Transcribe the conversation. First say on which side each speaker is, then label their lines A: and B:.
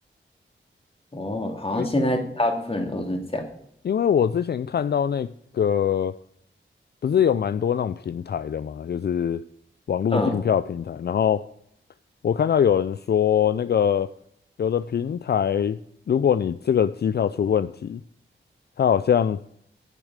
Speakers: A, on the left (about 25°); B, on the left (about 50°).
A: 哦，好像现在大部分人都是这样。
B: 因因为我之前看到那个，不是有蛮多那种平台的嘛，就是网络订票平台。
A: 嗯，
B: 然后我看到有人说，那个有的平台，如果你这个机票出问题，它好像